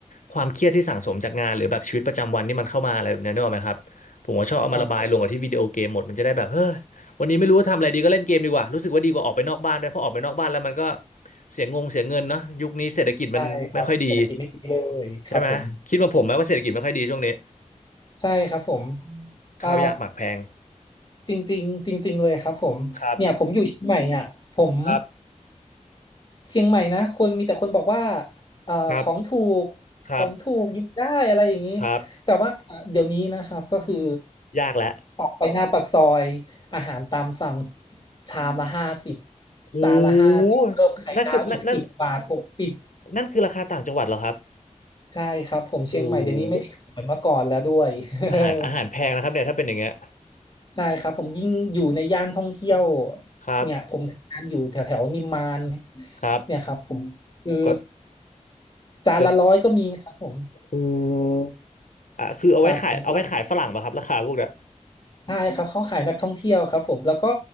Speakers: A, on the left; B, on the left.
A: ความเครียดที่สั่งสมจากงานหรือแบบชีวิตประจำวันที่มันเข้ามาอะไรแบบนี้นึกออกไหมครับผมก็ชอบเอามาระบายลงกับที่วิดีโอเกมหมดมันจะได้แบบเฮ้ยวันนี้ไม่รู้ว่าทำอะไรดีก็เล่นเกมดีกว่ารู้สึกว่าดีกว่าออกไปนอกบ้านด้วยเพราะออกไปนอกบ้านแล้วมันก็
B: ครับผม
A: เสียงงเสียเงินเนาะยุคนี้เศรษฐกิจมันไม่ค่อยดี
B: ใช่ครับเศรษฐกิจไม่ดีเลยครับผม
A: ใช่ไหมคิดว่าผมไหมว่าเศรษฐกิจไม่ค่อยดีช่วงนี้
B: ใช่ครับผมเอ่อ
A: ข้าวยากหมากแพง
B: จริงๆจริงๆเลยครับผมเนี่ยผมอยู่เชียงใหม่อ่ะผม
A: ครับครับ
B: เชียงใหม่นะคนมีแต่คนบอกว่าเอ่อของถูกของถูกอยู่ได้อะไรอย่างนี้
A: ครับครับครับ
B: แต่ว่าเดี๋ยวนี้นะครับก็คือ
A: ยากแล้ว
B: ออกไปหน้าปากซอยอาหารตามสั่งชามละห้าสิบ
A: โห
B: จานละห้าสิบเพิ่มไข่ดาวอีกสิบบาทหกสิบ
A: นั่นคือนั่นนั่นนั่นคือราคาต่างจังหวัดเหรอครับ
B: ใช่ครับผมเชียงใหม่เดี๋ยวนี้ไม่ได้ถูกเหมือนเมื่อก่อนแล้วด้วย
A: โอ้โห
B: <laughs>
A: อาหารอาหารแพงนะครับเนี่ยถ้าเป็นอย่างเงี้ย
B: ใช่ครับผมยิ่งอยู่ในย่านท่องเที่ยว
A: ครับ
B: เนี่ยผมทำงานอยู่แถวแถวนิมมาน
A: ครับ
B: เนี่ยครับผมคือ
A: ก็
B: จานละร้อยก็มีครับผม
A: ก็โหูอ่ะคือเอาไว้ขายเอาไว้ขายฝรั่งป่ะครับราคาพวกเนี้ย
B: ครับผมใช่ครับเขาขายนักท่องเที่ยวครับผมแล้วก็